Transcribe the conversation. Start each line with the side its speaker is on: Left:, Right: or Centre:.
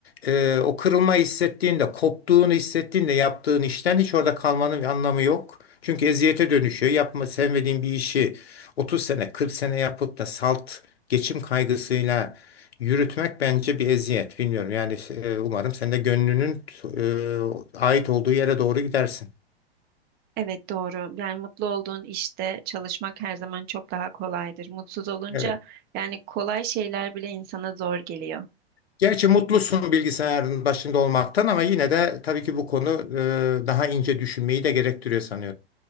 Left: E, o kırılma hissettiğinde koptuğunu hissettiğinde yaptığın işten hiç orada kalmanın bir anlamı yok. Çünkü eziyete dönüşüyor. Yapma sevmediğin bir işi 30 sene 40 sene yapıp da salt geçim kaygısıyla yürütmek bence bir eziyet. Bilmiyorum yani e, umarım sen de gönlünün e, ait olduğu yere doğru gidersin.
Right: Evet doğru. Yani mutlu olduğun işte çalışmak her zaman çok daha kolaydır. Mutsuz olunca
Left: Evet.
Right: yani kolay şeyler bile insana zor geliyor.
Left: Gerçi mutlusun bilgisayarın başında olmaktan ama yine de tabii ki bu konu e, daha ince düşünmeyi de gerektiriyor sanıyorum.